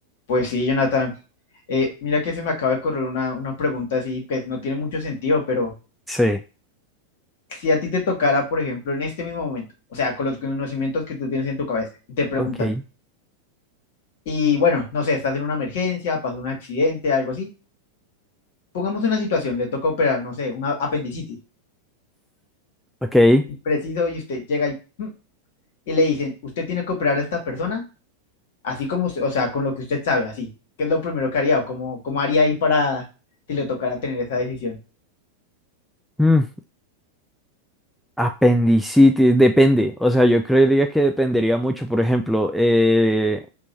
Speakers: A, on the left; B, in the centre.
A: Pues sí, Jonathan. Eh, mira que se me acaba de correr una, una pregunta así que no tiene mucho sentido, pero
B: Sí.
A: si a ti te tocara, por ejemplo, en este mismo momento, o sea, con los conocimientos que tú tienes en tu cabeza, y te preguntan,
B: Ok.
A: y bueno, no sé, estás en una emergencia, pasó un accidente, algo así, pongamos una situación, le toca operar, no sé, una apendicitis,
B: Ok.
A: y preciso, y usted llega y, mm, y le dicen, usted tiene que operar a esta persona, así como, usted- o sea, con lo que usted sabe, así, ¿qué es lo primero que haría o cómo, cómo haría ahí para si le tocara tener esa decisión?
B: Mm, Apendicitis, depende. O sea, yo creería que dependería mucho, por ejemplo, eh,